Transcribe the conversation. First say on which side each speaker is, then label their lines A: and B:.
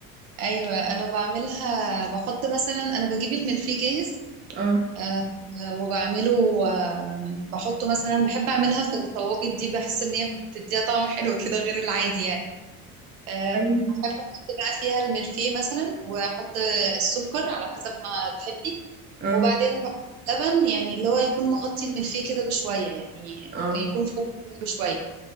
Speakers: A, on the right; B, on the right.
A: ايوه انا بعملها بحط مثلا انا بجيب الملفيه جاهز
B: اه
A: آه، وبعمله آه، بحطه مثلا بحب اعملها في الطواجن دي بحس ان هي بتديها طعم حلو كده غير العادي يعني آه،
B: ايوه
A: بحب احط بقى فيها الملفيه مثلا واحط السكر على حسب ما تحبي
B: اه
A: وبعدين بحط لبن يعني اللي هو يكون مغطي الملفيه كده بشوية يعني
B: اه
A: يكون فوق كده بشوية